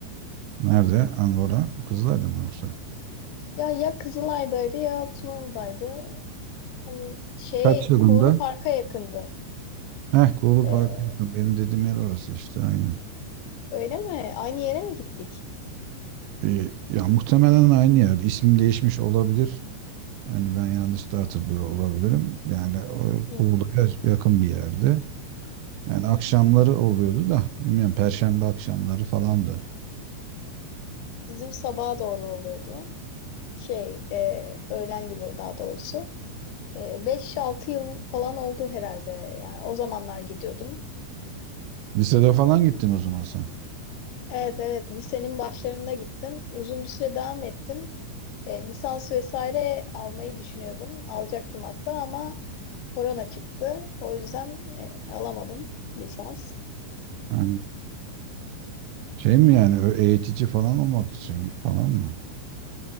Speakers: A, on the right; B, on the left.
A: nerede? Angora. Kızılay'da mı yoksa?
B: Ya ya Kızılay'daydı ya Tunalı'daydı. Hani şeye
A: Kaç yılında?
B: Kuğulu Park'a yakındı.
A: Heh Kuğulu
B: Ee,
A: Park'a yakın. Benim dediğim yer orası işte aynen.
B: öyle mi? Aynı yere mi gittik?
A: Ee, ya muhtemelen aynı yer. İsim değişmiş olabilir. Yani ben yanlış da hatırlıyor olabilirim. Yani o
B: Hmm.
A: Kuğulu'ya yakın bir yerde. Yani akşamları oluyordu da bilmiyorum Perşembe akşamları falandı.
B: Bizim sabaha doğru oluyordu. Şey, e, öğlen gibi daha doğrusu. E, 5-6 yıl falan oldu herhalde. Yani o zamanlar gidiyordum.
A: Lisede falan gittin o zaman sen.
B: Evet evet lisenin başlarında gittim. Uzun bir süre devam ettim. E, lisans vesaire almayı düşünüyordum. Alacaktım hatta ama korona çıktı. O yüzden e, alamadım lisans.
A: Ha. Şey mi yani ö- eğitici falan olmak için falan mı?